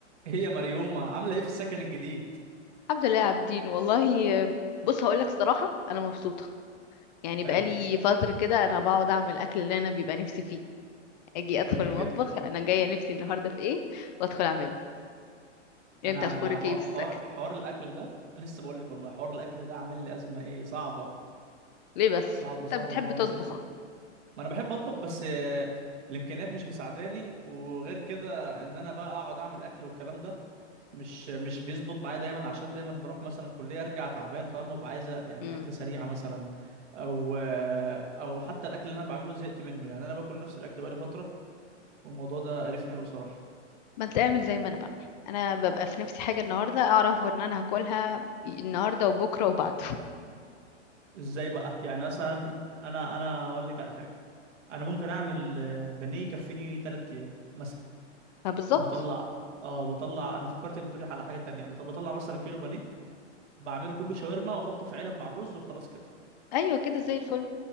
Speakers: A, on the right; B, on the left.
A: هي مريومة عاملة ايه في السكن الجديد
B: الحمد لله يا عابدين والله بص هقول لك الصراحه انا مبسوطه يعني
A: حلو
B: بقالي فتره كده انا بقعد اعمل الاكل اللي انا بيبقى نفسي فيه اجي ادخل
A: جميل
B: المطبخ
A: جدا
B: انا جايه نفسي النهارده في ايه وادخل اعمله يعني
A: انا
B: انت اخبارك
A: ح-
B: ايه في السكن
A: حوار حوار الاكل ده لسه بقول لك والله حوار الاكل ده عامل لي ازمة ايه صعبة
B: ليه بس
A: صعبة
B: انت
A: صعبة
B: بتحب
A: خالص
B: تطبخ
A: انت ما انا بحب اطبخ بس آه، الامكانيات مش مساعداني وغير كده ان انا بقى اقعد اعمل اكل والكلام ده مش مش بيظبط معايا دايما عشان دايما بروح مثلا الكلية ارجع تعبان فاهم ببقى عايزة يعني
B: امم
A: اكلة سريعة مثلا او آه، او حتى الاكل اللي انا بعمله زهقت منه يعني انا باكل نفس الاكل بقالي فترة والموضوع ده قرفني قوي صراحة
B: ما انت اعمل زي ما انا بعمل انا ببقى في نفسي حاجه النهارده اعرف ان انا هاكلها النهارده وبكره وبعده
A: ازاي بقى يعني مثلا انا انا هقول لك على حاجه انا ممكن اعمل آه، بانيه يكفيني 3 ايام مثلا
B: <laughs> ما بالظبط
A: بطلع اه بطلع انا فكرتك بتقولي على حاجه تانية انا طب بطلع مثلا كيلو بانيه بعمله كله شاورما واحطه في علب مع الرز وخلاص كده
B: ايوه كده زي الفل